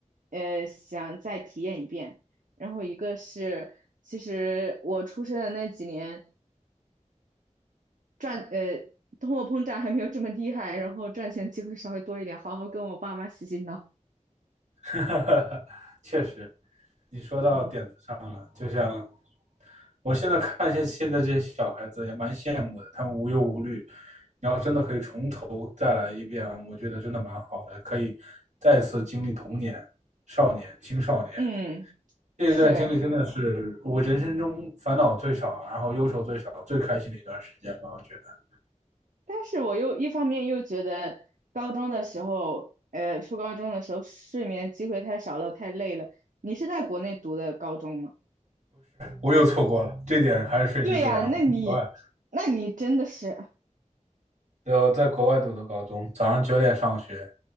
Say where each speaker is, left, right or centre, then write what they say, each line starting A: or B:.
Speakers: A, on the right; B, on the right.
A: 呃想再体验一遍。然后一个是，其实我出生的那几年。赚呃通货膨胀还没有这么厉害，然后赚钱机会稍微多一点，好好跟我爸妈洗洗脑。
B: <laughs> 确实，你说到点子上了。
A: 嗯
B: 就像我现在看一些现在这些小孩子，也蛮羡慕的，他们无忧无虑。你要真的可以从头再来一遍，我觉得真的蛮好的，可以再次经历童年、少年、青少年。
A: 嗯，
B: 这一段经历真的是我人生中烦恼最少，
A: 是，
B: 然后忧愁最少、最开心的一段时间吧。我觉得
A: 但是我又一方面又觉得高中的时候，呃，初高中的时候睡眠机会太少了，太累了。你是在国内读的高中吗？
B: 我又错过了，这点还是顺其自然。
A: 对呀，那你那你真的是，
B: 我在国外，对，我在国外读的高中，早上九点上学，